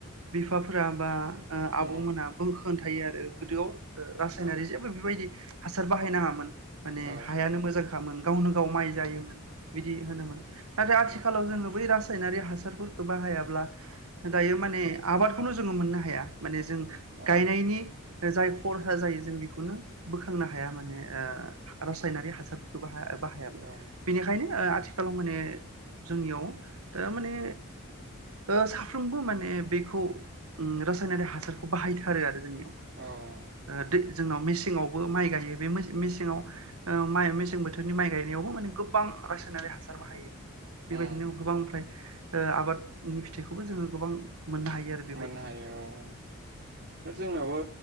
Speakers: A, on the right; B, on the right.
A: बिफाफोरा बा ओ आबौमोनहाबो
B: उम
A: गोबां थायो आरो गोदोआव ओ रासायनारि
B: औ
A: जेबो बेबायदि हासार बाहायनाङामोन माने
B: औ
A: हायानो मोजां खामोन गावनो गाव माइ जायोमोन बिदि होनोमोन नाथाय आथिखालाव
B: औ
A: जोङो बै रास सायनारि हासारफोरखौ बाहायाब्ला दायो माने आबादखौनो जोङो मोननो हाया। माने जों
B: औ
A: गायनायनि जाय खरसा जायो जों बेखौनो बोखांनो हाया माने ओ रासायनारि हासारफोरखौ बाहाया बाहायाबो
B: औ
A: बेनिखायनो ओ आथिखालाव माने जोंनियाव माने ओ साफ्रोमबो माने बेखौ ओम रासायनारि हासारखौ बाहायथारो आरो जोंनियाव
B: औ
A: ओ दै जोंनाव मेसेंआवबो माइ गायो बे मेसेंआव ओ माइ मेसें बोथोरनि माइ गायनायावबो माने गोबां रासायनारि हासार बाहायो। बेबायदिनो
B: उम
A: गोबांफ्राय ओ आबादनि फिथाइखौबो जोङो गोबां मोननो हायो आरो बेबायदिजों
B: मोननो हायो औ औ जोंनावबो